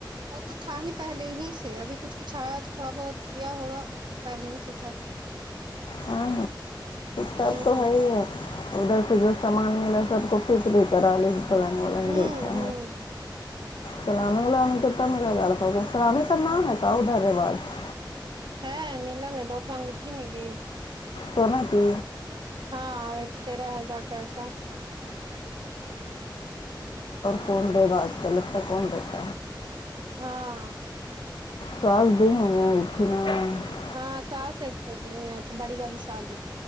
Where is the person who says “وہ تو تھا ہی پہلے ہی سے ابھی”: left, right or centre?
Right